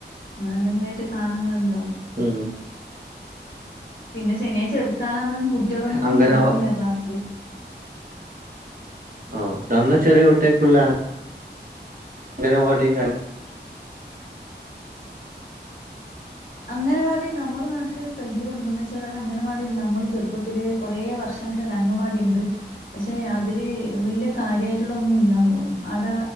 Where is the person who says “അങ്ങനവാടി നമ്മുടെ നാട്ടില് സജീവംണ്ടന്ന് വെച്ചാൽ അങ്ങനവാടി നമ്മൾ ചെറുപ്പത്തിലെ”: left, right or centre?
Left